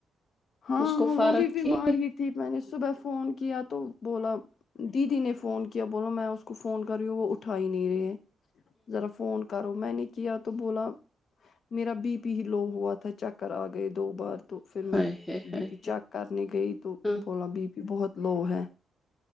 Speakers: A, on the left (about 60°); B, on the left (about 20°).
A: ہاں
B: اس کو
A: ہاں
B: فارغ
A: وہ بھی
B: تھی
A: بیمار ہی تھی میں نے صبح فون کیا تو بولا دیدی نے فون کیا بولا میں اس کو فون کر رہی ہوں وہ اٹھا ہی نہیں رہے ذرا فون کرو میں نے کیا تو بولا میرا بی پلو ہوا تھا چکر آ گئے دو بار تو پھر میں
B: ہائے ہائے ہائے
A: بی پی چیک کرنے گئی تو
B: ہاں
A: بولاا بی پی بہت لو ہے